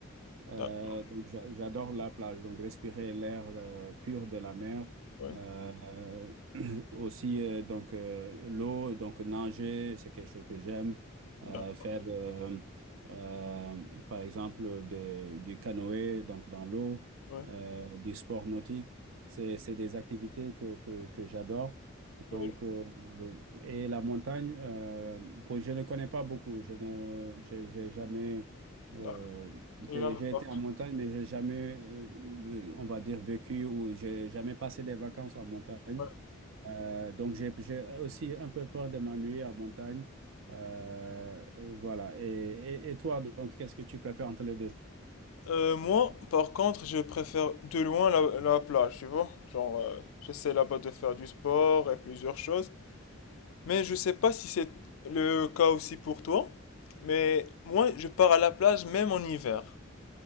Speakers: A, on the right; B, on the left.
A: Euh,
B: D'accord.
A: donc j'a- j'adore la plage, donc respirer l'air euh, pur de la mer.
B: Ouais.
A: Euh, <clears throat> aussi euh, donc euh, l'eau, donc nager, c'est quelque chose que j'aime.
B: D'accord.
A: Euh, faire euh, euh, par exemple des- du canoë donc dans l'eau,
B: Ouais.
A: euh, du sport nautique, c'est c'est des activités que, que, que j'adore.
B: Ouais.
A: Donc euh, et la montagne, euh, pour- je ne connais pas beaucoup, je ne j'ai j'ai jamais
B: D'accord.
A: euh, j'ai
B: T'es jamais
A: j'ai
B: parti.
A: été en montagne, mais j'ai jamais, euh, euh, on va dire, vécu ou j'ai jamais passé des vacances en montagne.
B: Ouais.
A: Euh, donc, j'ai j'ai aussi un peu peur de m'ennuyer en montagne. Euh, euh, voilà. Et, et, et toi, donc, qu'est-ce que tu préfères entre les deux?
B: Euh, moi, par contre, je préfère de loin la, la plage, tu vois. Genre, euh, j'essaie là-bas de faire du sport et plusieurs choses. Mais je sais pas si c'est le cas aussi pour toi, mais moi je pars à la plage même en hiver.